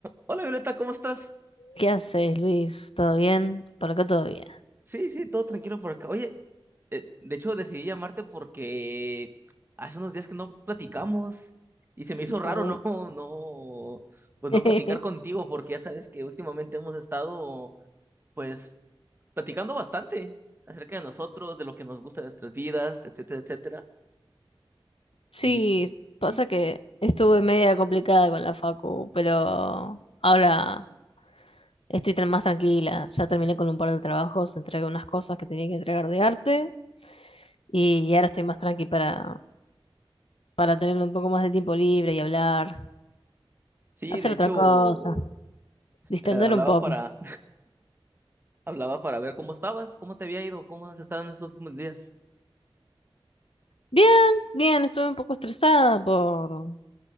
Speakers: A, on the right; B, on the left.
A: Hola Violeta, ¿cómo estás?
B: ¿Qué haces, Luis? ¿Todo bien? Por acá todo bien.
A: Sí, sí, todo tranquilo por acá. Oye, eh, de hecho decidí llamarte porque hace unos días que no platicamos y se me hizo raro
B: Uh.
A: no, <laughs> no, pues
B: <laughs>
A: no platicar contigo porque ya sabes que últimamente hemos estado pues platicando bastante acerca de nosotros, de lo que nos gusta de nuestras vidas, etcétera, etcétera.
B: Sí,
A: Y,
B: pasa
A: y
B: que estuve media complicada con la facu, pero ahora estoy tra- más tranquila. Ya terminé con un par de trabajos, entregué unas cosas que tenía que entregar de arte y ahora estoy más tranqui para, para tener un poco más de tiempo libre y hablar,
A: sí,
B: hacer
A: de hecho
B: otra cosa, distender
A: eh, hablaba
B: un poco.
A: para <laughs> hablaba para ver cómo estabas, cómo te había ido, cómo has estado en estos últimos días.
B: Bien, bien, estuve un poco estresada por,